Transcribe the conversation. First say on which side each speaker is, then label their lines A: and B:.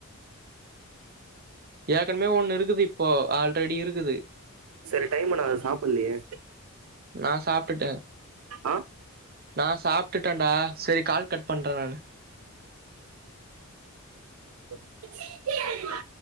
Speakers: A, on the right; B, on the right.
A: ஏற்கனவே ஒன்னு இருக்குது இப்போ ஆல்ரெடி இருக்குது
B: சரி டைம் ஆனா அது சாப்பிட்லையே
A: நா சாப்டுட்டே
B: ஆ
A: நா சாப்டுட்டென்டா செரி கால் கட் பண்றெ நானு
B: எ ச்சி கீல எறங்கி வா